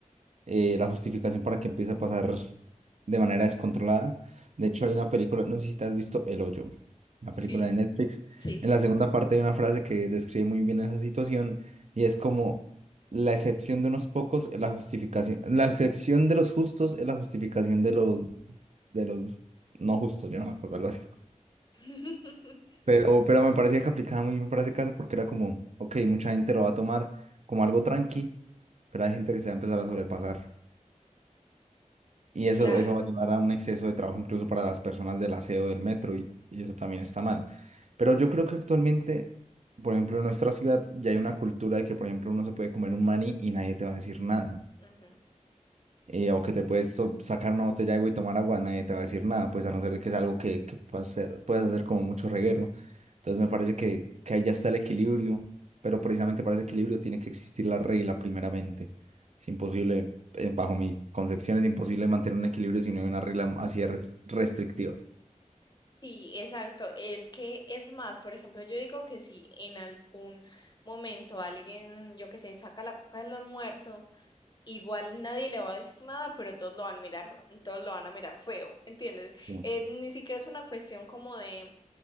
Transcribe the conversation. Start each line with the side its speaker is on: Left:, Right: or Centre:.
Right: eh, la justificación para que empiece a pasar de manera descontrolada. De hecho, hay una película, no sé si te has visto El Hoyo, una
Left: Sí.
Right: película de Netflix.
Left: Sí.
Right: En la segunda parte hay una frase que describe muy bien esa situación y es como la excepción de unos pocos es la justificación, la excepción de los justos es la justificación de los de los no justos, yo no me acuerdo algo así.
Left: <laughs>
Right: Pero, pero me parecía que aplicaba muy bien para ese caso porque era como, ok, mucha gente lo va a tomar como algo tranqui, pero hay gente que se va a empezar a sobrepasar. Y eso,
Left: Claro.
Right: eso va a llevar a un exceso de trabajo incluso para las personas del aseo del metro y, y eso también está mal. Pero yo creo que actualmente, por ejemplo, en nuestra ciudad ya hay una cultura de que, por ejemplo, uno se puede comer un maní y nadie te va a decir nada
Left: ujú.
Right: eh, o que te puedes so- sacar una botella de agua y tomar agua, nadie te va a decir nada, pues a no ser de que es algo que, que puedas hacer, puedas hacer como mucho reguero. ¿no? Entonces me parece que, que ahí ya está el equilibrio, pero precisamente para ese equilibrio tiene que existir la regla primeramente. Es imposible, eh, bajo mi concepción, es imposible mantener un equilibrio si no hay una regla así de res- restrictiva.
Left: Sí, exacto. Es que es más, por ejemplo, yo digo que si en algún momento alguien, yo qué sé, saca la coca del almuerzo, igual nadie le va a decir nada, pero todos lo van a mirar, todos lo van a mirar feo, ¿entiendes?
Right: Bien.
Left: Eh, ni siquiera es una cuestión como de,